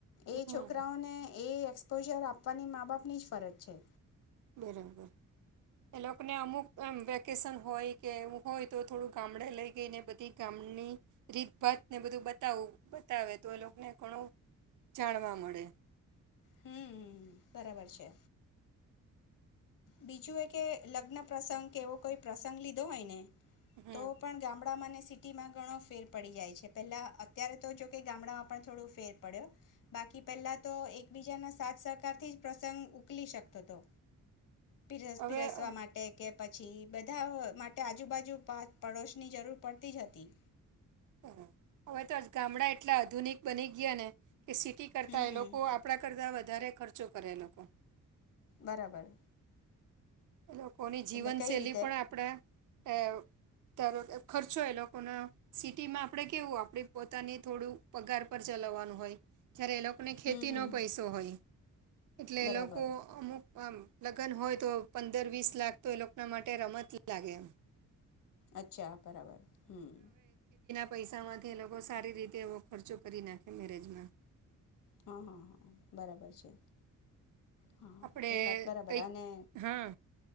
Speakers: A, on the left; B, on the right.
A: એ
B: હમ
A: છોકરાઓને એ પોઝર આપવાની મા બાપની જ ફરજ છે.
B: બરાબર એ લોકોને અમુક એમ વેકેશન હોય કે એવું હોય તો થોડું ગામડે લઈ ગઈને બધી ગામડની રીતભાતને બધું બતાવું બતાવે તો એ લોકોને ઘણું જાણવા મળે.
A: હમ બરાબર છે. બીજું એ કે લગ્ન પ્રસંગ કે એવો કોઈ પ્રસંગ લીધો હોય ને
B: હમ
A: તો પણ ગામડામાંને સિટીમાં ઘણો ફેર પડી જાય છે. પેલા અત્યારે તો જોકે ગામડામાં પણ થોડું ફેર પડ્યો બાકી પહેલા તો એક એક બીજાના સાથ સહકારથી જ પ્રસંગ ઉકલી શકતો હતો. પીર
B: હવે
A: પીરસવા
B: હમ
A: માટે કે પછી બધા માટે આજુબાજુ પા પડોશની જરૂર પડતી જ હતી.
B: બરાબર હવે તો ગામડા એટલા આધુનિક બની ગયા ને કે સિટી કરતા
A: હમ
B: એ
A: હમ
B: લોકો આપણા કરતા વ વધારે ખર્ચો કરે લોકો.
A: બરાબર
B: લોકોની જીવનશૈલી
A: એટલે કઈ રીતે
B: પણ આપણા એ ધારો કે ખર્ચો એ લોકોને સિટીમાં આપણેે કેવું આપણે પોતાને થોડું પગાર પર ચલાવવાનું હોય. જયારે એ લોકોને ખેતી
A: હમ હમ
B: નો પૈસો હોય. એટલે
A: બરાબર
B: એ લોકો અમુક અ લગન હોય તો પંદર વીસ લાખ તો એ લોકોના માટે રમત લાગે.
A: અચ્છા બરાબર હમ્મ
B: પૈસા માંથી એ લોકો સારી રીતે એવો ખર્ચો કરી નાખે મેરેજમાં.
A: હા હા હા બરાબર છે. હા
B: આપણે
A: એ વાત બરાબર
B: કંઈક
A: અને
B: હા